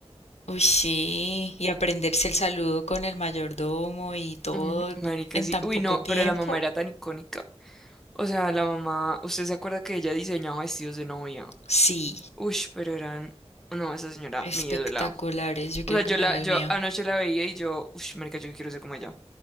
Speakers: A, on the left; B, in the centre.
A: Uy, sí. Y aprenderse el saludo con el mayordomo y todo
B: Mm, marica,
A: en
B: sí.
A: tan
B: Uy,
A: poco
B: no,
A: tiempo.
B: pero la mamá era tan icónica. O sea, la mamá, ¿usted se acuerda que ella diseñaba vestidos de novia?
A: Sí.
B: Uy, pero eran. No, esa señora,
A: Espectaculares,
B: mi ídola.
A: yo
B: O
A: quiero
B: sea, yo
A: que me
B: la,
A: haga el
B: yo
A: mío.
B: anoche la veía y yo, uy, marica, yo quiero ser como ella.